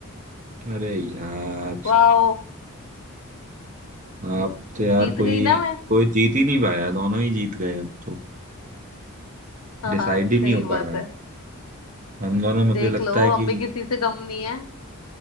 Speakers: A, on the right (about 35°); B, on the left (about 80°).
A: अरे यार
B: वाह
A: आप तो यार
B: जीत
A: कोई
B: गई ना मैं
A: कोई जीत ही नहीं पाया दोनों ही जीत गए अब तो
B: हाँ
A: डिसाइड
B: हाँ
A: ही नहीं
B: सही
A: हो
B: बात
A: पा रहा
B: है
A: है हम दोनों मुझे
B: देख
A: लगता
B: लो
A: है कि
B: हम भी किसी से कम नहीं है